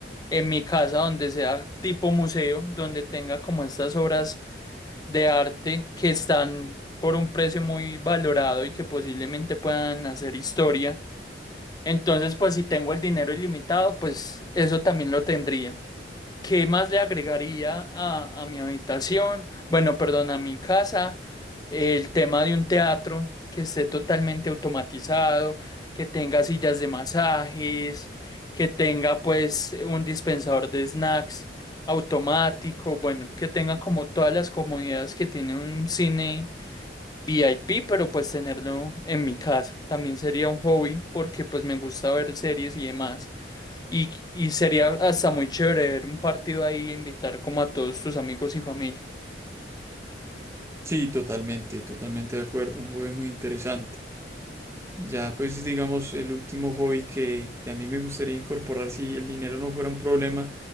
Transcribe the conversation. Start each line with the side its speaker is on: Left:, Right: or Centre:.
Left: en mi casa donde sea tipo museo, donde tenga como estas obras de arte que están por un precio muy valorado y que posiblemente puedan hacer historia. Entonces, pues si tengo el dinero ilimitado, pues eso también lo tendría. ¿Qué más le agregaría a, a mi habitación? Bueno, perdón, a mi casa. El tema de un teatro que esté totalmente automatizado, que tenga sillas de masajes, que tenga pues un dispensador de snacks automático, bueno, que tenga como todas las comodidades que tiene un cine VIP, pero pues tenerlo en mi casa. También sería un hobby porque pues me gusta ver series y demás. Y, y sería hasta muy chévere ver un partido ahí e invitar como a todos tus amigos y familia.
Right: Sí, totalmente, totalmente de acuerdo, un hobby muy interesante. Ya, pues digamos, el último hobby que, que a mí me gustaría incorporar si el dinero no fuera un problema